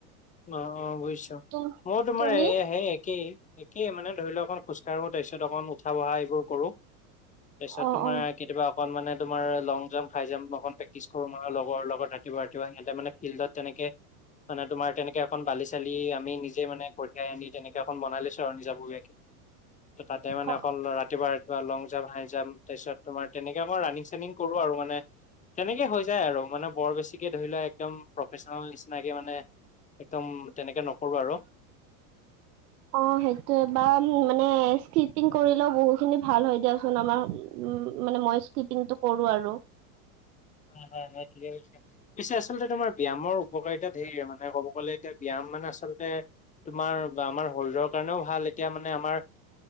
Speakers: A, on the left (about 15°); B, on the right (about 70°).
A: অঁ, অঁ বুজিছো!
B: তুম
A: মইো তোমাৰ
B: তুমি
A: হেই একেই, একেই মানে ধৰি লও অকণ খোজ তাৰপিছত অকণ উঠা বহা এইবোৰ কৰো! তাৰপিছত
B: অ
A: তোমাৰ
B: অ
A: কেতিয়াবা অকণ মানে তোমাৰ লং জাম্প, হাই জাম্প অকণ প্ৰেক্টি চ কৰো মান লগৰ লগত! ৰাতিপুৱা, ৰাতিপুৱা সিহঁতে মানে ফিল্ডত তেনেকে, মানে, তোমাৰ তেনেকে এখন বালি চালি আমি নিজে মানে কঢ়িয়াই আনি তেনেকে এখন বনাই লৈছো! ৰ যাবাকে ত তাতে মানে
B: অ
A: অকল ৰাতিপুৱাতি <unintelligible> বা লং জাম্প, হাই জাম্প তাৰপিছত তোমাৰ তেনেকে মই ৰানিং চানিং কৰো আৰু মানে! তেনেকে হৈ যায় আৰু মানে বৰ বেছিকে ধৰি লোৱা একদম প্ৰফেচনেল নিচিনাকে মানে! একদম তেনেকে নকৰো! আৰু
B: অ সেইটোোৱেবাৰ মানে স্কিপিং কৰিলেও বহুত খিনি ভাল হয় দিয়াচোন আমাৰ <unintelligible> মানে, মই স্কিপিংটো কৰোঁ আৰু
A: হয়, হয়, হয় ঠিকে কৈছে! পিছে আচলতে তোমাৰ ব্যায়ামৰ উপকাৰিতা ধে ৰ মানে, ক'ব কলে এতিয়া ব্যায়াম মানে আচলতে, তোমাৰ আমাৰ শৰীৰৰ কাৰণেও ভাল এতিয়া মানে আমাৰ